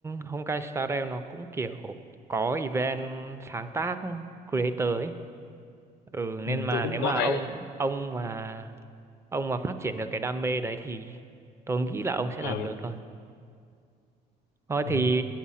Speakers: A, on the right; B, on the left.
A: Honkai Star Rail nó cũng kiểu có event sáng tác creator ấy ừ
B: ừ,
A: nên mà
B: tôi cũng
A: nếu
B: có
A: mà
B: thấy
A: ông ông mà ông mà phát triển được cái đam mê đấy thì tôi nghĩ là ông sẽ làm
B: ừ,
A: được thôi thôi
B: ừ.
A: thì